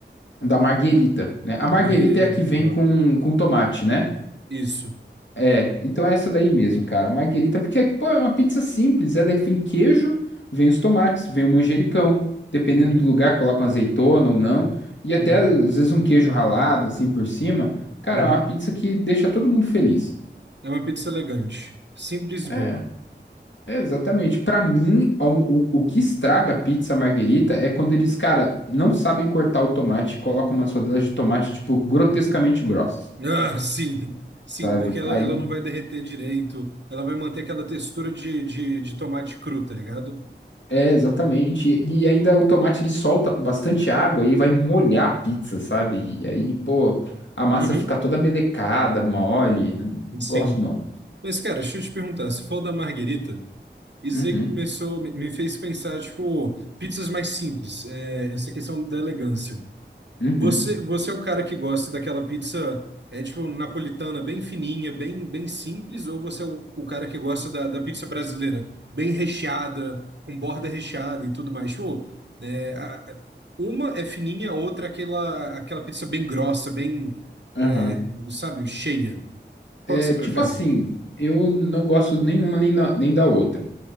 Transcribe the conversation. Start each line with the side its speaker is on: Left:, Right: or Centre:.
Left: da marguerita, né? A marguerita
Right: Marguerita,
Left: é a que
Right: muito
Left: vem
Right: boa.
Left: com, com tomate, né?
Right: Isso.
Left: É, então é essa daí mesmo, cara. Marguerita, porque, pô, é uma pizza simples. Ela é, vem queijo, vem os tomates, vem o manjericão. Dependendo
Right: Uhum,
Left: do lugar, colocam azeitona ou não. E até,
Right: uhum,
Left: às vezes, um queijo ralado, assim, por cima. Cara,
Right: uhum.
Left: é uma pizza que deixa todo mundo feliz.
Right: É uma pizza elegante. Simples e
Left: É,
Right: boa.
Left: é exatamente. Pra mim, o, o, o que estraga a pizza Marguerita é quando eles, cara, não sabem cortar o tomate e colocam umas rodelas de tomate, tipo, grotescamente grossas.
Right: Ah, <laughs> sim. Sim,
Left: Sabe?
Right: porque ela,
Left: Aí
Right: ela não vai derreter direito. Ela vai manter aquela textura de, de, de tomate cru, tá ligado?
Left: É, exatamente. E ainda o tomate ele solta bastante água e aí vai molhar a pizza, sabe? E aí, pô, a massa
Right: Uhum.
Left: fica toda melecada, mole. Não gosto
Right: Sim.
Left: não.
Right: Mas, cara, deixa eu te perguntar. Se for da Marguerita, Isso
Left: Uhum,
Right: aí começou, me me fez pensar, tipo, pizzas mais simples, é, essa questão da elegância.
Left: uhum,
Right: Você, você é o cara que gosta daquela pizza, é, tipo, napolitana, bem fininha, bem, bem simples, ou você é o, o cara que gosta da, da pizza brasileira, bem recheada, com borda recheada e tudo mais? Tipo, é, a- a- uma é fininha, a outra é aquela, aquela pizza bem grossa, bem,
Left: aham.
Right: é, sabe, cheia. Qual
Left: É,
Right: que você
Left: tipo
Right: prefere?
Left: assim, eu não gosto nenhuma nem da, nem da outra.